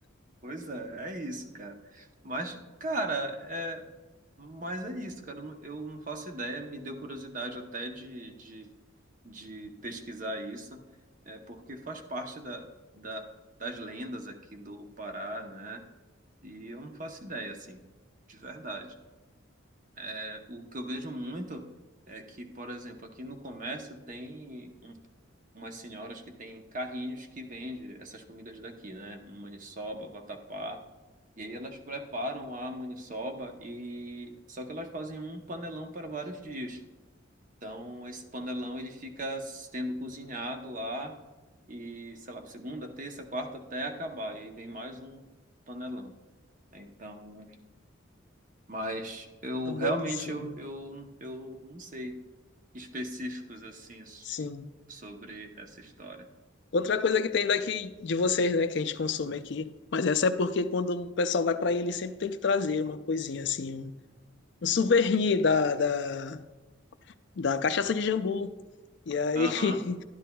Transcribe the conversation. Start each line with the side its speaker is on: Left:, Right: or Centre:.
Right: Pois é, é isso, cara. Mas, cara, é, mas é isso, cara. Eu não eu não faço ideia, me deu curiosidade até de, de, de pesquisar isso, é, porque faz parte da, da, das lendas aqui do Pará, né? E eu não faço ideia, assim, de verdade. É, o que eu vejo muito é que, por exemplo, aqui no comércio tem umas senhoras que têm carrinhos que vendem essas comidas daqui, né? Maniçoba, vatapá. E aí elas preparam a maniçoba e só que elas fazem um panelão para vários dias. Então esse panelão ele fica sendo cozinhado lá e sei lá, segunda, terça, quarta até acabar. E aí vem mais um panelão. né? Então, mas eu
Left: A maniçoba,
Right: realmente eu, eu, eu não sei específicos assim s-
Left: sim.
Right: sobre essa história.
Left: Outra coisa que tem daqui de vocês, né, que a gente consome aqui, mas essa é porque quando o pessoal vai pra aí, ele sempre tem que trazer uma coisinha assim, um, um souvenir da, da, Da cachaça de jambu. E aí,
Right: Aham,
Left: <laughs>